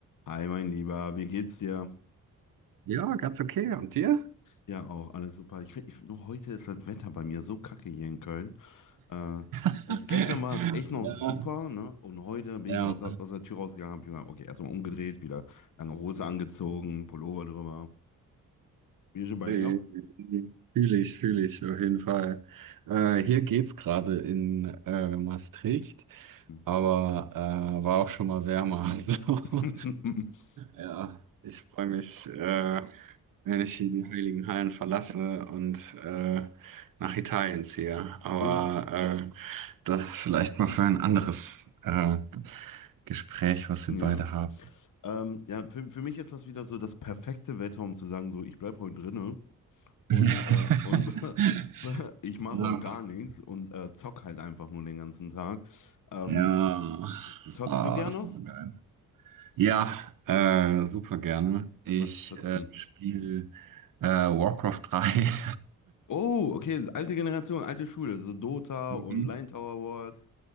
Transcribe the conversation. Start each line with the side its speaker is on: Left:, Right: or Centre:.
Left: Hi, mein Lieber, wie geht's dir?
Right: Ja, ganz okay. Und dir?
Left: Ja, auch alles super. Ich finde, nur heute ist das Wetter bei mir so kacke hier in Köln. Äh,
Right: <laughs>
Left: also gestern war es echt noch
Right: Ja,
Left: super, ne? Und heute bin
Right: ja,
Left: ich aus, der- aus der Tür rausgegangen, hab ich mal, okay, erstmal umgedreht, wieder lange Hose angezogen, Pullover drüber. Wie ist es bei
Right: Äh,
Left: dir?
Right: Fühle ich, fühle ich auf jeden Fall. Äh, hier geht's gerade in äh, Maastricht,
Left: Hm.
Right: aber äh, war auch schon mal wärmer. Also
Left: <laughs>
Right: <laughs> ja, ich freue mich, äh, wenn ich hier die Heiligen Hallen verlasse und äh, nach Italien ziehe. Aber
Left: Oh,
Right: äh, das vielleicht mal für ein anderes äh, Gespräch, was
Left: ja.
Right: wir beide haben.
Left: Ähm, ja, für, für mich ist das wieder so das perfekte Wetter, um zu sagen, so, ich bleib heute drinne. Und,
Right: <laughs>
Left: äh, und <laughs> ich mache
Right: Ja,
Left: heute gar nichts und äh, zock halt einfach nur den ganzen Tag. Ähm,
Right: ja.
Left: zockst
Right: Ah,
Left: du gerne?
Right: das ist immer geil. Ja, äh, super gerne. Ich
Left: Was zockst
Right: äh,
Left: du denn?
Right: spiele äh, Warcraft 3. <laughs>
Left: Oh, okay, das ist alte Generation, alte Schule, so Dota
Right: Mhm.
Left: und Line Tower Wars.